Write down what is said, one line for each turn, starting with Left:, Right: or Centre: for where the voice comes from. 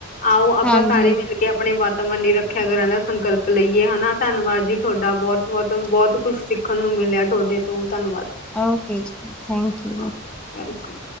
Left: ਆਓ ਆਪਾਂ
Centre: ਹਾਂਜੀ
Left: ਸਾਰੇ ਮਿਲ ਕੇ ਆਪਣੇ ਵਾਤਾਵਰਨ ਦੀ ਰੱਖਿਆ ਕਰਨ ਦਾ ਸੰਕਲਪ ਲਈਏ ਹਨਾ। ਧੰਨਵਾਦ ਜੀ ਥੋਡਾ ਬਹੁਤ- ਬਹੁਤ -ਬਹੁਤ ਕੁਛ ਸਿੱਖ ਖਣ ਨੂੰ ਮਿਲਿਆ ਤੋਡੇ ਤੋਂ ਧੰਨਵਾਦ।
Centre: ਓਕੇ ਜੀ ਥੈਂਕ ਯੂ
Left: ਵੈਲ ਵੈਲਕਮ।